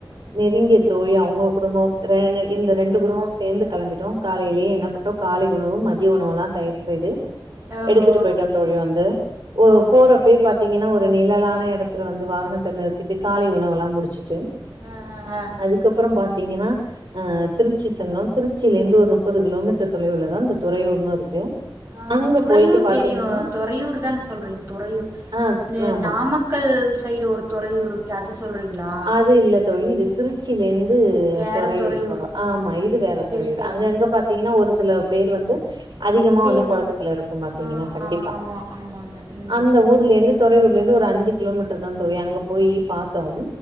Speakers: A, on the right (about 55°); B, on the right (about 25°).
A: நெருங்கிய தோழி அவுங்க குடும்போ ரெ இந்த ரெண்டு குடும்பு சேந்து கெளம்பிட்டோ காலையிலேயே என்ன பண்ட்டோ காலை உணவு மதிய உணவு எல்லா தயார் செய்து
B: ஓஹோ
A: எடுத்துட்டு பொய்ட்டோ தோழி வந்து ஒ
B: ஓஹோ
A: போறப்பயே
B: ஹோ
A: பாத்திங்கன்னா ஒரு நிழலான இடத்துல வந்து வாகனத்த நிறுத்திட்டு காலை உணவெல்லா முடிச்சுட்டு
B: அ அ அ
A: அதுக்கப்றோ பாத்திங்கன்னா அ திருச்சி சென்றோ திருச்சியில இருந்து ஒரு முப்பது கிலோமீட்டர் தொலைவுளதா இந்த துறையூர்னு இருக்கு
B: அ
A: அங்க
B: துறையூர்
A: போயிட்டு பார்த்தீங்கன்னா,
B: தெரியு தொறையூர் தானே சொல்றீங்க துறையூர்
A: ஆ
B: இந்த
A: ஆமா.
B: நாமக்கல் நாமக்கள் சைடு ஒரு தொறையூர் இருக் க்கே அது சொல்றீங்ளா
A: அது இல்ல தோழி இது திருச் சிலேருந்து
B: வேற
A: தொறையூர்
B: துறையூர்
A: போறோ ஆமா
B: ம்
A: இது வேற
B: சேரி
A: தொறையூர்
B: சேரி
A: அங்கங்க பாத் தீங்கனா ஒரு சில பேர் வந்து அதிகமா
B: ஆ சேம்
A: வந்து பொழக்கத்துல இருக்கும் பாத்தீங்கனா
B: ஆ
A: கண்டிப்பா
B: ஆ ஆமா ஆமாங்க ம்
A: அந்த ஊர்லேருந்து துறையூர்ல இருந்து ஒரு அஞ்சி கிலோமீட்டர் தான் தோழி அங்க போய் பாத்தோம்